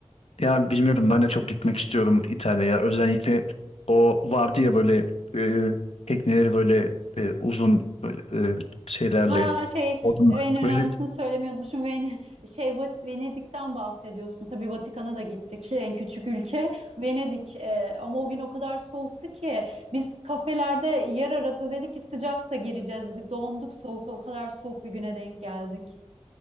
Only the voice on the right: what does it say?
Ha şey
en önemlisini
söylemeyi unutmuşum. Ven şey Va- Venedik'ten bahsediyorsun. Tabii Vatikan'a da gittik <laughs> en küçük ülke Venedik. Ee, ama o gün o kadar soğuktu ki biz kafelerde yer aradı dedik ki sıcaksa gireceğiz dedik. Donduk soğuk o kadar soğuk bir güne denk geldik.